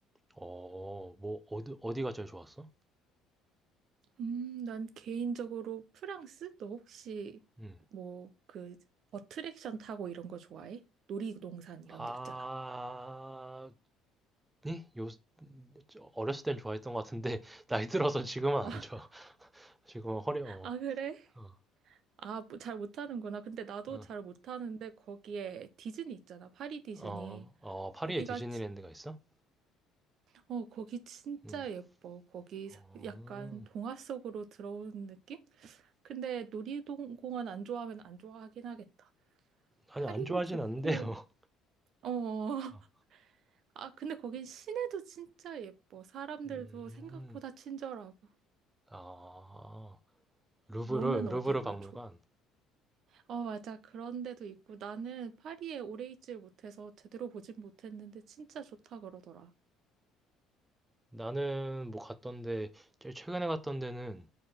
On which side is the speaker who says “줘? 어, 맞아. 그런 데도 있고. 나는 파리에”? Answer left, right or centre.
Right